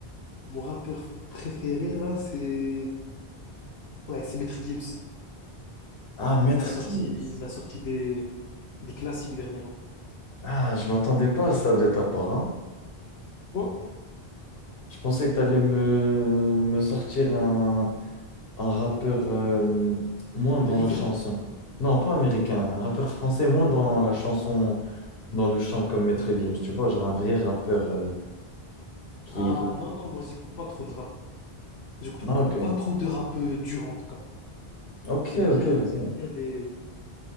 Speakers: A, on the left; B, on the left.
A: Mon rappeur préféré là, c'est ouais, c'est Maître Gims.
B: Ah, Maître
A: Il a sorti,
B: Gims.
A: il a sorti des, des classiques dernièrement.
B: Ah, je m'attendais pas à ça de ta part, hein.
A: Pourquoi?
B: Je pensais que t'allais me, me sortir un, un rappeur euh, moins
A: Américain.
B: dans la chanson. Non, pas américain, un rappeur français moins dans la chanson, dans le chant comme Maître Gims, tu vois, genre un vrai rappeur euh, qui...
A: Ah
B: qui-
A: non non, moi j'écoute pas trop de rap. J'écoute
B: Ah,
A: cou-
B: ok.
A: pas trop de rap euh, dur en tout cas.
B: Ok,
A: J'aime bien,
B: ok, ok.
A: j'aime bien les,